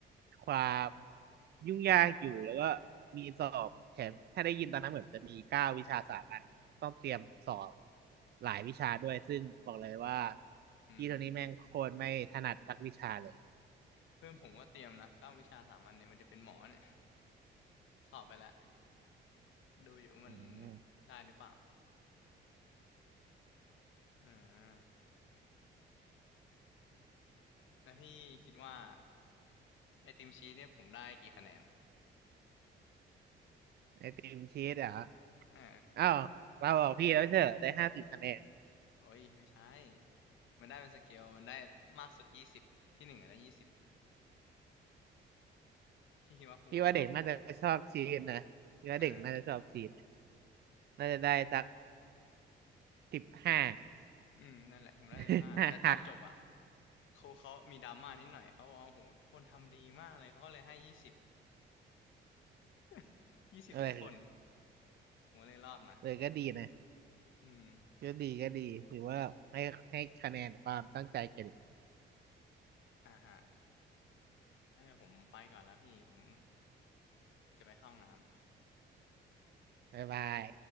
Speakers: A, on the right; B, on the left.
A: ความยุ่งยากอยู่แล้วก็มีสอบแถมถ้าได้ยินตอนนั้นเหมือนจะมีเก้าวิชาสามัญต้องเตรียมสอบหลายวิชาด้วยซึ่งบอกเลยว่า
B: <laughs> อืม
A: พี่ตัวนี้แม่งโคตรไม่ถนัดสักวิชาเลย
B: เพื่อนผมก็เตรียมนะเก้าวิชาสามัญเนี่ยมันจะเป็นหมอเนี่ยสอบไปแล้วดูอยู่ว่ามัน
A: อืม
B: ได้หรือเปล่า อ่าแล้วพี่คิดว่าไอติมชีสเนี่ยผมได้กี่คะแนน
A: ไอติมชีสเหรอ
B: อ่า
A: อ้าวเราบอกพี่แล้วเชอได้ห้าสิบคะแนน
B: โอ้ยไม่ใช่มันได้เป็นสเกลมันได้มากสุดยี่สิบที่หนึ่งอะได้ยี่สิบพี่คิดว่าครูเขาชอบไหม
A: พี่ว่าเด็กน่าจะชอบชีสนะพี่ว่าเด็กน่าจะชอบชีสนะ
B: อ่า
A: น่าจะได้สักสิบห้า
B: อืมนั่นแหละผมได้สิบห้าแต่ตอนจบอะ
A: <laughs> หัก
B: ครูเขามีดราม่านิดหน่อยเขาบอกว่าโอ้โหทุกคนทำดีมากเลยเขาก็เลยให้ยี่สิบ <laughs> ยี่สิบทุกคน
A: เออ
B: ผมก็เลยรอดมา
A: เออก็ดีนะ
B: อืม
A: ก็ดีก็ดีถือว่าให้ให้คะแนนความตั้งใจแกันอีก
B: อ่าฮะงั้นเดี๋ยวผมไปก่อนแล้วพี่ผมจะไปเข้าห้องน้ำ
A: บ๊ายบาย